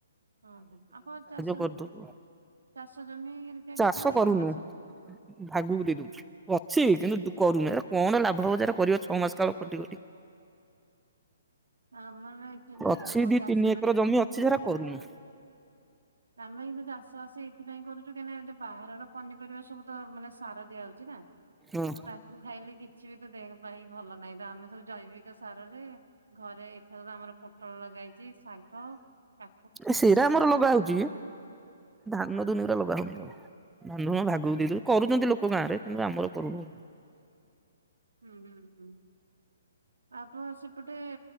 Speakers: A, on the right; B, in the centre.
A: ଓ ହୋ ଆପଣ ଚାଷ
B: କରିଦଉଛୁ
A: ଚାଷ ଜମିି ହରିକା
B: ଚାଷ
A: କିଛି ନାହିଁ
B: କରୁନୁ
A: ଚାଷ
B: ଭାଗକୁ ଦେଇ ଦୋଉ ଅଛି କିନ୍ତୁ କରୁନି ଏ କଣ ଲାଭ ହବ କରିବ ଛଅ ମାସ କାଳ ଖଟି ଖଟି
A: ଆମର ଆକ୍ଚୁଆଲି
B: ଅଛି ଦି
A: ଚାଷ
B: ତିନି ଏକର ଜମି ଅଛି ଯେ ସେରା କରୁନୁ।
A: ଆମେ କିନ୍ତୁ ଚାଷ ସେଇଥିପାଇଁ କରୁଚୁ କାହିଁକିନା ବାହାରର ପନିପରିବା ସବୁ ତ ମାନେ ସାର ଦିଆ ହୋଉଚି ନା।
B: ହଁ
A: ତ ତାକୁ ଖାଇଲେ କିଛି ବି ତ ଦେହ ପାଇଁ ଭଲ ନାହିଁ ତ ଆମେ ସବୁ ଜୈବିକ ସାରରେ ଘରେ ଏଥର ତ ଆମର ପୋଟଳ ଲଗା ହୋଇଚି, ଶାଗ, କା
B: ଏ ସେରା ଆମର ଲଗା ହୋଉଚି।
A: ଛ ହୁଁ।
B: ଧାନ ଦୁନିରେ ଲଗାହୋଉନି ଆଉ ଧାନ ଭାଗ କୁ ଦେଇଦୋଉଚୁ କରୁଚନ୍ତି ଲୋକ ଗାଁରେ କିନ୍ତୁ ଆମର କରୁନୁ।
A: ହୁଁ ହୁଁ ହୁଁ ଆପଣ ସେପଟେ